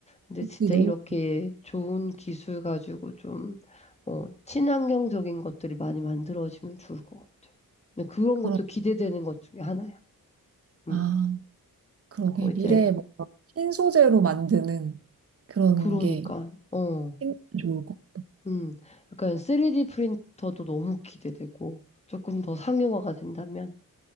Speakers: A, on the left; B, on the right.
A: 근데
B: 그치,
A: 진짜
B: 너무
A: 이렇게 좋은 기술 가지고 좀, 어, 친환경적인 것들이 많이 만들어지면 좋을 것 같아. 근데 그런
B: 그런,
A: 것도 기대되는 것 중에 하나야. 음,
B: 아, 그러게.
A: 뭐 이제,
B: 미래에 뭔가 신소재로 만드는 그런
A: 그러니까,
B: 게
A: 어,
B: 생기면 좋을 것 같아.
A: 음, 약간 3D 프린터도 너무 기대되고, 조금 더 상용화가 된다면,